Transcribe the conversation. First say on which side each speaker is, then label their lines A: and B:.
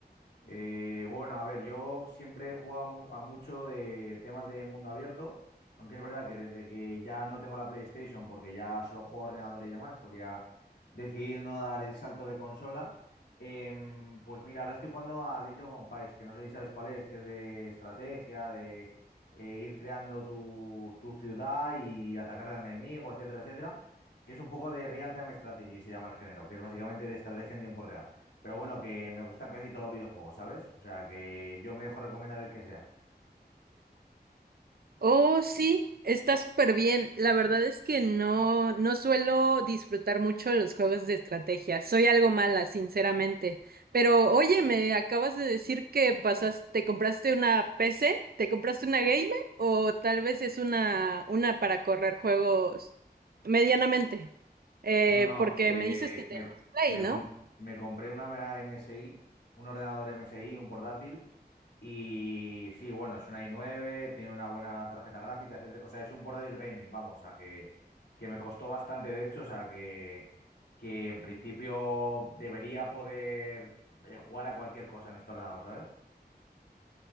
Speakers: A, on the left; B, on the right.
A: Eh, bueno, a ver, yo siempre he jugado mu- a mucho de temas de mundo abierto, aunque es verdad que desde que ya no tengo la PlayStation, porque ya solo juego a ordenador y demás, porque ya decidí no dar el salto de consola, em, pues mira, ahora estoy jugando a Age of Empires, que no sé si sabes cuál es, que es de estrategia, de eh, ir creando tu, tu ciudad y atacar al enemigo, etcétera, etcétera, que es un poco de real-time strategy, se llama el género, que es básicamente de estrategia en tiempo real. Pero bueno, que me gustan casi todos los videojuegos, ¿sabes? O sea, que yo me dejo recomendar el que sea.
B: Oh, sí, está súper bien. La verdad es que no, no suelo disfrutar mucho los juegos de estrategia. Soy algo mala, sinceramente. Pero oye, me acabas de decir que pasaste, te compraste una PC, te compraste una gamer o tal vez es una, una para correr juegos medianamente. Eh,
A: No, no,
B: porque
A: eh,
B: me dices que tenías
A: me,
B: Play,
A: me
B: ¿no?
A: com- me compré una MSI, un ordenador MSI, un portátil, y sí, bueno, es una i9, tiene una buena tarjeta gráfica, etcétera. O sea, es un portátil gaming, vamos, o sea, que, que me costó bastante, de hecho, o sea, que, que en principio debería poder eh, jugar a cualquier cosa en este ordenador, ¿sabes?